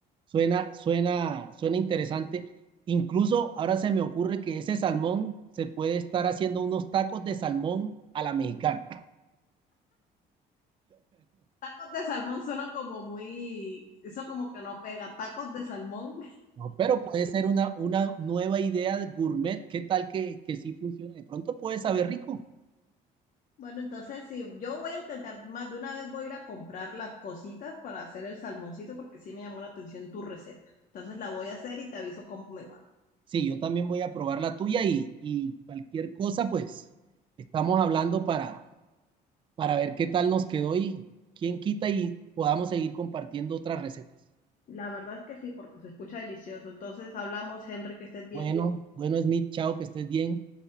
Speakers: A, on the right; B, on the left.
A: suena, suena, suena interesante. Incluso ahora se me ocurre que ese salmón se puede estar haciendo unos tacos de salmón a la mexicana.
B: Tacos de salmón suena como muy, eso como que no pega. Tacos de salmón.
A: No, pero puede ser una, una nueva idea de gourmet. ¿Qué tal que, que sí funcione? De pronto puede saber rico.
B: Bueno, entonces sí, yo voy a intentar, más de una vez voy a ir a comprar las cositas para hacer el salmoncito porque sí me llamó la atención tu receta. Entonces la voy a hacer y te aviso cómo me va.
A: Sí, yo también voy a probar la tuya y, y cualquier cosa, pues estamos hablando para, para ver qué tal nos quedó y quién quita y podamos seguir compartiendo otras recetas.
B: La verdad es que sí, porque se escucha delicioso. Entonces hablamos, Henry, que estés bien.
A: Bueno, bueno, Smith, chao, que estés bien.